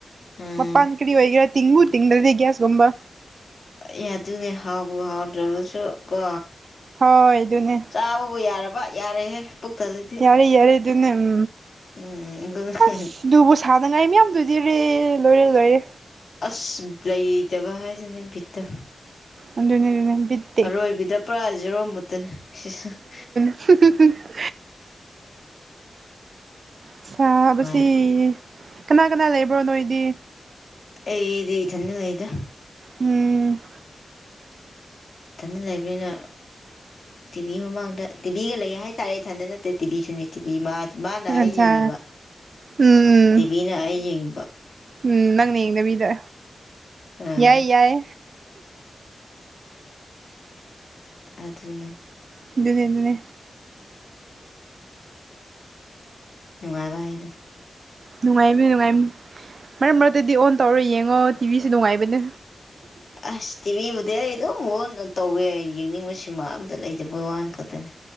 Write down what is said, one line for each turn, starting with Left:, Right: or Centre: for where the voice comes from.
Left: ꯎꯝ
Right: ꯃꯄꯥꯟ ꯀꯔꯤ ꯑꯣꯏꯒꯦꯔꯥ ꯇꯤꯡꯕꯨ ꯇꯤꯡꯗ꯭ꯔꯗꯤ ꯒ꯭ꯌꯥꯁꯀꯨꯝꯕ
Left: ꯑꯦ ꯑꯗꯨꯅꯤ ꯍꯥꯎꯕ ꯍꯥꯎꯗ꯭ꯔꯕꯁꯨ ꯀꯣ
Right: ꯍꯣꯏ ꯑꯗꯨꯅꯦ
Left: ꯆꯥꯕꯕꯨ ꯌꯥꯔꯕ ꯌꯥꯔꯦꯍꯦ ꯄꯨꯛ ꯊꯜꯂꯗꯤ
Right: ꯌꯥꯔꯦ ꯌꯥꯔꯦ ꯑꯗꯨꯅꯦ ꯎꯝ
Left: ꯎꯝ
Right: ꯑꯁ
Left: <unintelligible>
Right: ꯑꯗꯨꯕꯨ ꯁꯥꯟꯅꯉꯥꯏ ꯃꯌꯥꯝꯗꯨꯗꯤꯔꯦ ꯂꯣꯏꯔꯦ ꯂꯣꯏꯔꯦ
Left: ꯑꯁ ꯂꯩꯇꯕ ꯍꯥꯏꯁꯤꯅꯦ ꯕꯤꯠꯇꯣ
Right: ꯑꯗꯨꯅꯦ ꯑꯗꯨꯅꯦ ꯕꯤꯠ ꯇꯦꯛ
Left: ꯑꯔꯣꯏꯕꯤꯗ ꯄꯨꯔꯥ ꯖꯦꯔꯣ ꯃꯨꯠꯇꯅꯦ <unintelligible>
Right: <unintelligible> ꯁꯥꯥꯕꯁꯤ
Left: ꯅꯨꯡꯉꯥꯏꯕꯅꯤ
Right: ꯀꯅꯥ ꯀꯅꯥ ꯂꯩꯕ꯭ꯔꯣ ꯅꯣꯏꯗꯤ
Left: ꯑꯦꯗꯤ ꯊꯅ ꯂꯩꯗ
Right: ꯎꯝ
Left: ꯇꯅ ꯂꯩꯕꯅꯤꯅ ꯇꯤꯚꯤ ꯃꯃꯥꯡꯗ ꯇꯤꯚꯤꯒ ꯂꯩ ꯍꯥꯏꯇꯥꯔꯦ ꯏꯊꯟꯗ ꯅꯠꯇꯦ ꯇꯤꯚꯤꯁꯨꯅꯦ ꯇꯤꯚꯤ ꯃꯥ ꯃꯥꯅ ꯑꯩ
Right: ꯑꯆꯥ
Left: ꯌꯦꯡꯉꯤꯕ
Right: ꯎꯝ ꯎꯝ
Left: ꯇꯤꯚꯤꯅ ꯑꯩ ꯌꯦꯡꯉꯤꯕ
Right: ꯎꯝ ꯅꯪꯅ ꯌꯦꯡꯅꯕꯤꯗ
Left: ꯑꯥ
Right: ꯌꯥꯏ ꯌꯥꯏ
Left: ꯑꯗꯨꯅ
Right: ꯗꯤ ꯑꯗꯨꯅꯦ
Left: ꯅꯨꯡꯉꯥꯏꯕ ꯍꯥꯏꯗ
Right: ꯅꯨꯡꯉꯥꯏꯃꯤ ꯅꯨꯡꯉꯥꯏ ꯃꯔꯛ ꯃꯔꯛꯇꯗꯤ ꯑꯣꯟ ꯇꯧꯔ ꯌꯦꯡꯉꯣ ꯇꯤꯕꯤꯁꯨ ꯅꯨꯡꯉꯥꯏꯕꯅꯦ
Left: ꯑꯁ ꯇꯤꯚꯤꯕꯨꯗꯤ ꯑꯩ ꯑꯗꯨꯝ ꯍꯟꯅ ꯇꯧꯋꯦ ꯌꯦꯡꯅꯤꯡꯕꯕꯁꯤꯃ ꯑꯝꯇ ꯂꯩꯖꯕꯩ ꯋꯥꯅꯤ ꯈꯛꯇꯅꯤ